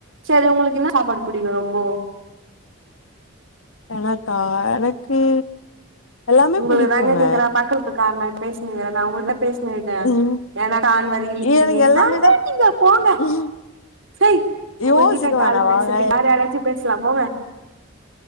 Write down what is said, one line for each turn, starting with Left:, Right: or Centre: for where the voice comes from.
Right: சரி உங்களுக்கு என்ன சாப்பாடு பிடிக்கும் ரொம்ப
Left: எனக்கா எனக்கு எல்லாமே
Right: உங்களுக்கு
Left: புடிக்குங்க
Right: தாங்க கேக்குறா பக்கலத்துக்கு காரண பேசிஇருக்கிற நா உங்கல பேச க்க
Left: ம்
Right: ஏன்னாட்ட ஆண் வர இழுக்கிறீங்க
Left: எனக்கு
Right: எண்ணாக
Left: எல்லாமே தா
Right: நீங்க போங்க
Left: ம்
Right: சய் உங்ககிட்ட
Left: யோசிக்க
Right: கால்
Left: வேணா
Right: பேசறதுக்கு
Left: வாங்க
Right: வேற யாராச்சும் பேச பேசசலாபோங்க